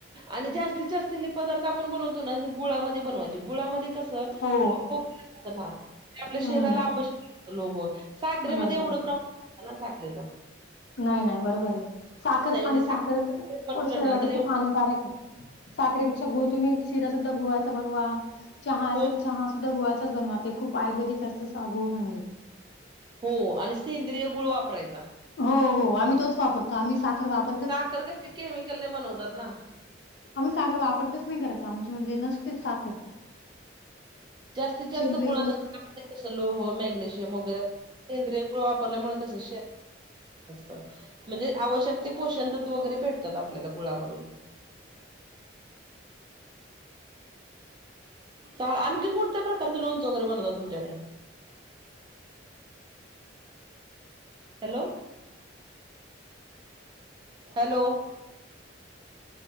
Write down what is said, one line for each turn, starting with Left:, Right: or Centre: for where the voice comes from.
Right: आणि जास्तीत जास्त हे. पदार्थ आपण बनवतो ना ते गुळामध्ये बनवायचे. गुळामध्ये कसं
Left: हो
Right: लो <unintelligible> असत ना. ते आपल्या
Left: हम्म
Right: शरीराला आवश्यक असतं लोह. साखरेमध्ये
Left: बरोबर
Right: एवढं
Left: आहे
Right: प्रमाण असते ना साखरेचं
Left: नाही नाही बरोबर आहे, साखर
Right: म्हणजे
Left: आणि साखर
Right: बनवलं
Left: <unintelligible>
Right: ना तर एवढं
Left: खूप हानिकारक आहे. साखरे पेक्षा गुळ तुम्ही शिरा सुद्धा गुळाचा बनवा चहा असेल
Right: हो
Left: चहा सुद्धा गुळाचाच बनवा ते, खूप आयुर्वेदिक असतील गुळ म्हणजे.
Right: हो आणि सेंद्रिय गुळ वापरायचा.
Left: हो हो. आम्ही तोच वापर तर आम्ही साखर वाप
Right: साखर कशी केमिकलने बनवतात ना.
Left: आम्ही साखर वापरतच नाही घरात आमच्या म्हणजे नसतेच साखर.
Right: जास्तीत
Left: <unintelligible>
Right: जास्त गुळाचा त्यामध्ये लोह मॅग्नेशियम वगैरे सेंद्रिय गुळ वापरल्यामुळे कसं श त म्हणजे आवश्यक ते, पोषण तत्व वगैरे भेटतात आपल्याला गुळामधून. आणखी कोणत्या प्रकारचं लोणचं वगैरे बनवतात तुमच्याकडे? हॅलो. Hello,